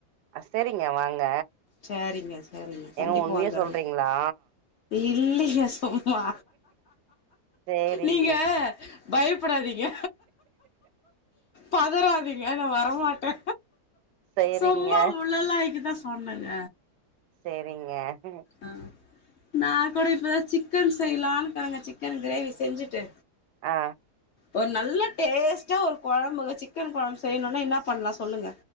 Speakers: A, on the right (about 80°); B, on the left (about 60°).
A: அ செரிங்க வாங்க
B: சேரிங்க சேரிங்க கண்டிப்பாக
A: ஏங்க உண்மைய
B: வந்தர்ற
A: சொல்றீங்களா
B: இல்லைங்க சும்மா
A: சேரிங்க
B: நீங்க பயப்புடாதீங்க பதறதீங்க ந வரமாட்டே
A: சேரிங்க
B: சும்மா உள்ளல்லாயிக் கிதா சொன்னங்க
A: சேரிங்க ம்
B: ஆ நா கூட இப்பதா சிக்கன் செய்யலான்னுருக்கங்க சிக்கன் கிரேவி செஞ்சுட்டு
A: ஆ
B: ஒரு நல்ல டேஸ்ட்டா ஒரு கொழம்பு சிக்கன் கொழம்பு செய்யணுனா என்ன பண்லா சொல்லுங்க